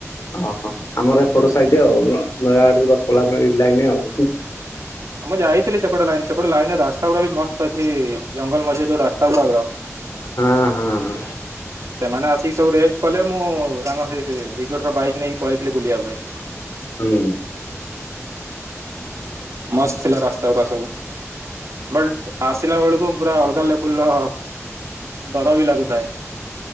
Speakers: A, on the left; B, on the right.
A: ଓହୋ, ଆମର ଏପଟ ସାଇଦ ଆଉ ନୟା ଆଡ ଦଶ ପଲା ଲାଇନ ହ
B: ମୁଁ ଯାଇଥିଲି ସେପଟେ ଲାଇନ, ସେପଟେ ଲାଇନରେ ରାସ୍ତା ଗୁଡା ବି ମସ୍ତ ଅଛି, ଜଙ୍ଗଲ ମଝି ଯୋଉ ରାସ୍ତା ଗୁଡ
A: ହଁ ହଁ ହଁ
B: ସେମାନେ ଅସି ସବୁ ରେଟ କଲେ, ମୁଁ ତାଙ୍କ ସେ ରିର୍ଟ ର ବାଇକ ନେଇକି ପଳେଇଥିଲି ବୁଲିବା ପାଇଁ
A: ହୁଁ।
B: ମସ୍ତ ଥିଲା ରାସ୍ତା ଗୁଡା ସବୁ, ବଟ ଆସିଲା ବେଳକୁ ପୁରା ଅଲଗା ଲେବୁଲ ର ଡର ବି ଲାଗୁଥାଏ।